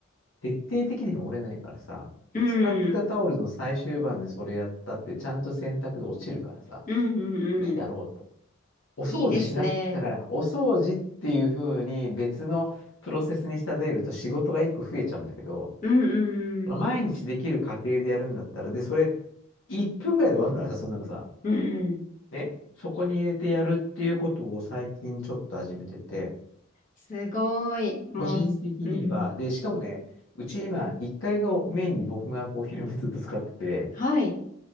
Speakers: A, on the left; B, on the left.
A: 徹底的に汚れないからさ、
B: う
A: 使ってたタオルの最終盤でそれやったって、
B: ん。
A: ちゃんと洗濯で落ちるからさ、
B: うん、うん、
A: いいだろうと。
B: うん。
A: お掃除しな、
B: いいですね。
A: だから、お掃除っていう風に別のプロセスに仕立てると仕事が一個増えちゃうんだけど、
B: うん、
A: その毎日できる過程でやるんだったら、
B: うん
A: で、それ、1分ぐらいで終わるからさ、そんなのさ。
B: うん、うん。
A: ね。そこに入れてやるっていうことを最近ちょっと始めてて、
B: すごい。もう、
A: 個人的には、
B: うん。
A: で、しかもね、うち今、1階がメインに僕がこう、昼間 <laughs> ずっと使ってて、
B: はい。